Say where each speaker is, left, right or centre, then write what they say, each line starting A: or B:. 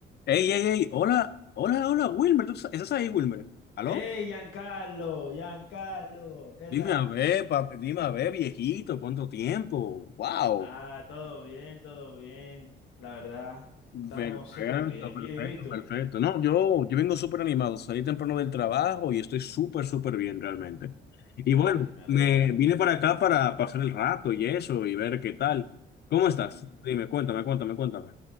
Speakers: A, on the left; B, on the left.
A: Ey, ey, ey, hola, hola, hola, Wilmer, ¿tú sa- estás ahí, Wilmer? ¿Aló?
B: Hey, Giancarlo, Giancarlo, ¿qué
A: Dime
B: tal?
A: a ver, papi, dime a ver, viejito, ¿cuánto tiempo? ¡Wow!
B: Ah, todo bien, todo bien. La verdad, estamos
A: Perfecto,
B: súper bien.
A: perfecto,
B: Y dime tú.
A: perfecto. No, yo, yo vengo súper animado, salí temprano del trabajo y estoy súper, súper bien realmente. Y
B: Ah,
A: bueno,
B: que me alegra.
A: me vine para acá para pasar el rato y eso y ver qué tal. ¿Cómo estás?
B: Ujú.
A: Dime, cuéntame, cuéntame, cuéntame.